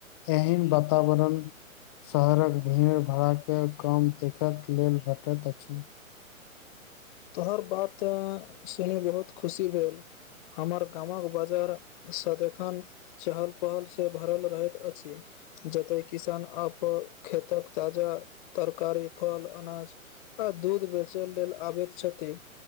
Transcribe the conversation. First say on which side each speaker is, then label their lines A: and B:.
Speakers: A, on the left (about 20°); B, on the left (about 35°).
A: एहेन बतावरण शहरक भीड़ भड़ाके कम देखड लेल भेटैत अछि
B: तोहर बात सुनि बहुत खुशी भेल हमर गामक बाजार सदखन चहल पहल से भरल रहैत अछि जतय किसान आप खेतक ताजा तरकारी फल अनाज आ दूध बेचै लेल आबैत छथि